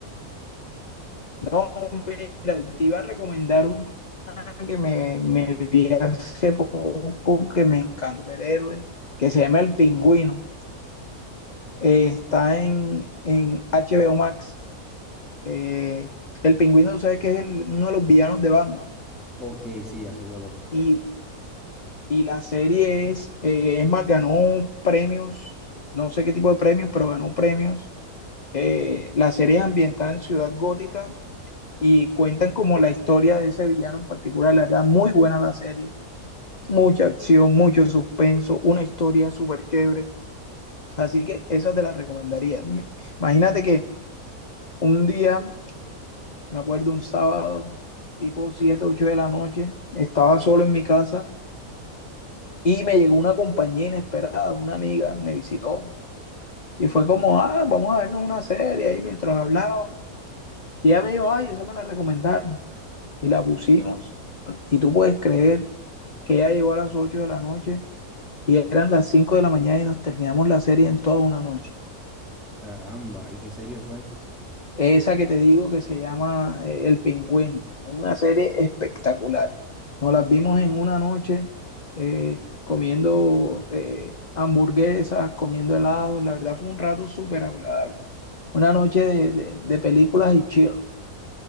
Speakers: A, on the left (about 35°); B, in the centre.
A: No, mira, te iba a recomendar una que me, me vi hace poco que me encantó, superhéroe, que se llama El Pingüino. Eh, está en, en HBO Max. Eh, el pingüino, ¿sabes que es el- uno de los villanos de Batman?
B: Ok, sí, ya sé cuál es.
A: Y, y la serie es, eh, es más, ganó premios, no sé qué tipo de premios, pero ganó premios. Eh, la serie es ambientada en Ciudad Gótica y cuentan como la historia de ese villano en particular. La verdad, muy buena la serie. Mucha acción, mucho suspenso, una historia súper chévere. Así que esa te la recomendaría. Imagínate que un día Me acuerdo un sábado, tipo 7 8 de la noche, estaba solo en mi casa y me llegó una compañía inesperada, una amiga, me visitó y fue como, ah, vamos a vernos una serie ahí mientras hablábamos. Y ella me dijo, ay, esa me la recomendaron y la pusimos. Y tú puedes creer que ella llegó a las 8 de la noche y eran las 5 de la mañana y nos terminamos la serie en toda una noche.
B: Caramba, ¿y qué serie fue?
A: Esa que te digo que se llama eh, El Pingüino. Es una serie espectacular. Nos las vimos en una noche eh, comiendo eh, hamburguesas, comiendo helados. La verdad fue un rato súper agradable. Una noche de, de- de películas y chill.